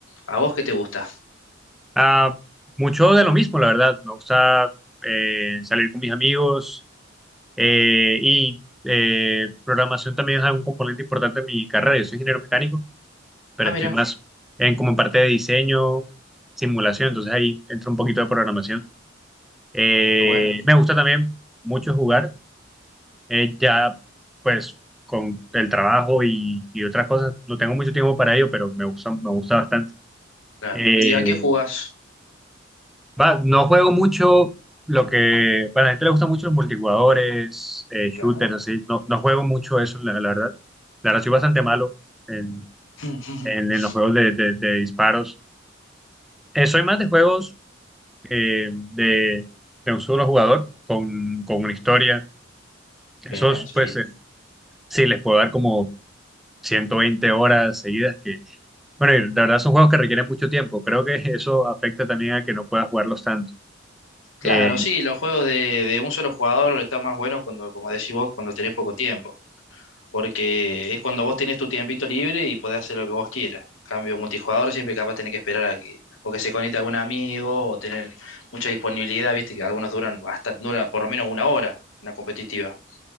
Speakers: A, on the left; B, in the centre.
A: ¿A vos qué te gusta?
B: Ah, mucho de lo mismo, la verdad. Me gusta eh, salir con mis amigos eh, y eh, programación también es un componente importante de mi carrera. Yo soy ingeniero mecánico. pero
A: Ah,
B: estoy
A: mira,
B: más en como en parte de diseño, simulación, entonces ahí entra un poquito de programación. Eh,
A: qué bueno,
B: me gusta también mucho jugar, eh, ya pues con el trabajo y, y otras cosas, no tengo mucho tiempo para ello, pero me gusta, me gusta bastante.
A: claro.
B: Eh,
A: ¿Y a qué jugás?
B: va, no juego mucho lo que, para la gente le gusta mucho los multijugadores, eh, shooters,
A: Claro.
B: así, no, no juego mucho eso, la, la verdad. La verdad, soy bastante malo en,
A: <laughs>
B: en- en los juegos de de- de disparos. Eh, soy más de juegos eh, de, de un solo jugador con, con una historia. Esos,
A: Bien, sí.
B: pues, eh, sí, les puedo dar como 120 horas seguidas, que, bueno, y la verdad son juegos que requieren mucho tiempo. Creo que eso afecta también a que no puedas jugarlos tanto.
A: Claro,
B: Eh,
A: sí, los juegos de, de un solo jugador están más buenos cuando, como decís vos, cuando tenés poco tiempo. Porque es cuando vos tenés tu tiempito libre y podés hacer lo que vos quieras. Cambio multijugador, siempre capaz tenés que esperar a que, o que se conecte algún amigo, o tener mucha disponibilidad, viste que algunos duran hasta, dura por lo menos una hora, una competitiva.